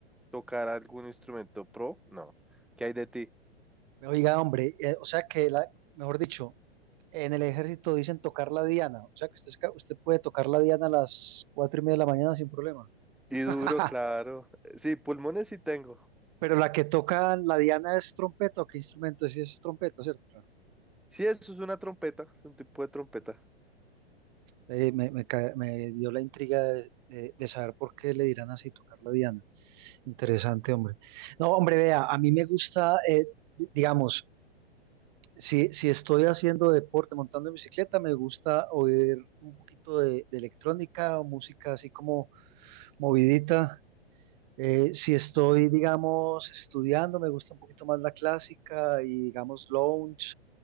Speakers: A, in the centre; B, on the right.
A: tocar algún instrumento pro, no. ¿Qué hay de ti?
B: Oiga, hombre, eh, o sea que, la, mejor dicho, en el ejército dicen tocar la diana, o sea que usted, es ca- usted puede tocar la diana a las cuatro y media de la mañana sin problema.
A: Y
B: <laughs>
A: duro, claro. Sí, pulmones sí tengo.
B: Pero la que toca la diana es trompeta, ¿o qué instrumento es? Sí, es trompeta, ¿cierto? Claro.
A: Sí, eso es una trompeta, es un tipo de trompeta.
B: Eh, me, me ca- me dio la intriga de, de- de saber por qué le dirán así tocar la diana. Interesante, hombre. No, hombre, vea, a mí me gusta, eh, di- digamos, Si, si estoy haciendo deporte, montando en bicicleta, me gusta oír un poquito de, de electrónica o música así como movidita. Eh, si estoy, digamos, estudiando, me gusta un poquito más la clásica y, digamos, lounge,